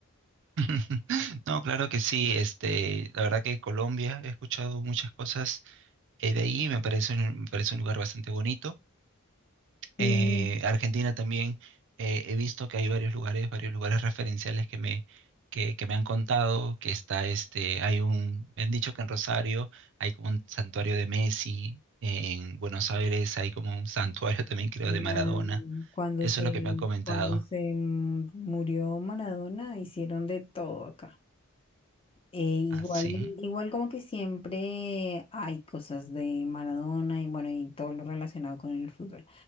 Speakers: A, on the right; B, on the left.
A: <laughs> No, claro que sí. Este, la verdad que Colombia he escuchado muchas cosas eh, de ahí. Me parece un, me parece un lugar bastante bonito.
B: Sí.
A: Eh, Argentina también eh, he visto que hay varios lugares, varios lugares referenciales que me, que, que me han contado, que está este, hay un, me han dicho que en Rosario hay como un santuario de Messi, en Buenos Aires hay como un santuario <laughs> también creo
B: La,
A: de Maradona.
B: mm, cuando
A: Eso
B: se,
A: es lo que me han comentado.
B: cuando se m- murió Maradona, hicieron de todo acá. Eh, igual,
A: Ah, sí,
B: igual como que siempre hay cosas de Maradona y bueno, y todo lo relacionado con el fútbol.